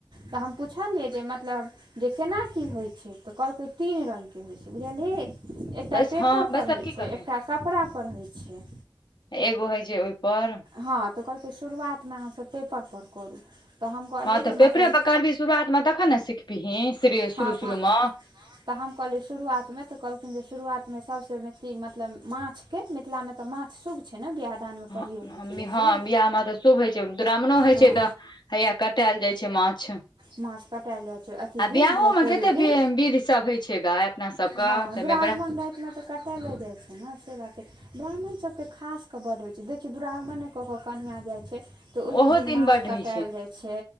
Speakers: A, on the right (about 70°); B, on the left (about 65°).
A: तऽ हम पुछलियै जे मतलब जे केना की होय छै, तऽ कहलकै तीन रंग के होय छै बुझलही एकटा
B: बैस
A: पेपर
B: हँ बैसल
A: पर होय
B: की
A: छै,
B: करबै
A: एकटा कपड़ा पर होय छै
B: एगो होय छै ओय पर
A: हँ तऽ कहलकै शुरुआत मे अहाँ सब पेपर पर करू। तऽ हम कहलियै
B: हॅं तऽ
A: जे
B: पेपरे
A: मतलब
B: पर करबी शुरुआतमे तखन ने सिखबीही श्री शुरू
A: हँ तऽ
B: शुरू म।
A: तऽ हम कहलियै शुरुआतमे तऽ कहलखिन जे शुरुआत मे सबसे बेसी मतलब माछ के मिथिला मे ते माछ शुभ छै ने बियाह दानमे
B: हाँ
A: प्रयोग होइ
B: हम
A: छै बेसी
B: हाँ बियाह मे ते शुभ होय छै, दुरागमनों होय
A: हँ
B: छै तऽ हैया कटैल जाय छै मा माछ।
A: माछ माछ कटायल जाइ छै अथी
B: आ
A: दिन
B: बियाहो
A: भरफोरी
B: मे कते
A: दिन
B: वि विध सब होय छै गै अपना सबके
A: हँ
B: तैमे
A: दुरागमन राइत मे ते कटैले जाय छै ने से बात छै, <unintelligible> ब्राह्मण सबके खास क बड होय छै, देखिही दुरागमने कऽ कऽ कनिया जाय छै। तऽ ओही
B: ओहो
A: दिन माछ
B: बड्ड
A: कटाएल
B: होइ
A: जाय छै,